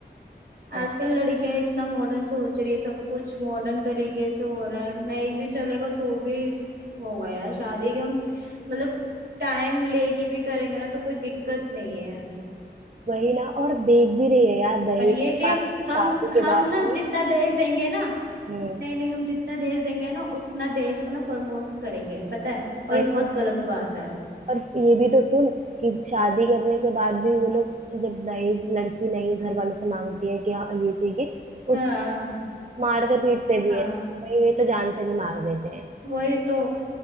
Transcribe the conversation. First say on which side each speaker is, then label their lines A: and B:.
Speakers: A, on the right; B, on the right.
A: इंसान
B: आजकल लड़कियां इतना मॉडर्न सोच रही है सब कुछ मॉडर्न तरीके से हो रहा है नहीं भी चलेगा तो भी होगा यार शादी के हम मतलब टाइम लेके भी करेंगे ना तो कोई दिक्कत नहीं है
A: वही ना और देख भी रही है यार दहेज
B: पर ये
A: के
B: कि
A: बाद
B: हम
A: शादी
B: हम
A: के बाद
B: ना
A: भी
B: जितना दहेज देंगे ना
A: हम्म
B: नहीं नहीं हम जितना दहेज देंगे ना उतना दहेज को ना प्रमोट करेंगे पता है और
A: वही
B: ये बहुत गलत बात है
A: और ये भी तो सुन कि शादी करने के बाद भी वो लोग जब दहेज लड़की नहीं घर वालों से मांगती है कि हाँ ये चाहिए
B: हाँ
A: उसको मारते पीटते भी
B: हाँ
A: है कहीं कहीं तो जान से भी मार देते हैं
B: वही तो